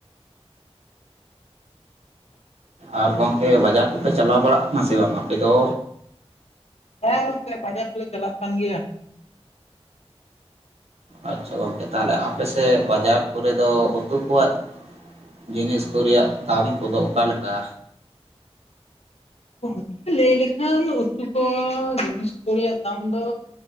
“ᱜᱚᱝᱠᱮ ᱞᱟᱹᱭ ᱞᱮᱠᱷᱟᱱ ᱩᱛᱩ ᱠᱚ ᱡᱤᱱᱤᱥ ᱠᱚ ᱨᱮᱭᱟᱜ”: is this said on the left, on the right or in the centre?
Left